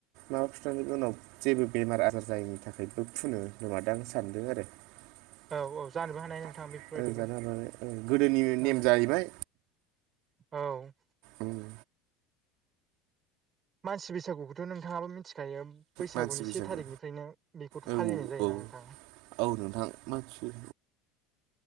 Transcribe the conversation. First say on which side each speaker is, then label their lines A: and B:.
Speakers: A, on the right; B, on the right.
A: माबा <unintelligible> खिथानि उनाव जेबो बेमार आजार जायैनि थाखायबो फुनो खोमादां आं सानदों आरो <unintelligible>
B: औ औ जानोबो हानाय नोंथां बेफोरबायदिबो
A: जानो गोदोनि नेम
B: औ
A: जाहैबाय
B: औ
A: ओम
B: मानसि बैसागुखौथ' नोंथाङाब मिथिगो बेखायायो बैसागुनि
A: मानसि बैसागु
B: से थारिखनिफ्रायनो बेखौथ'
A: औ
B: फालिनाय जायो
A: औ
B: ना नोंथां
A: औ नोंथां मानसि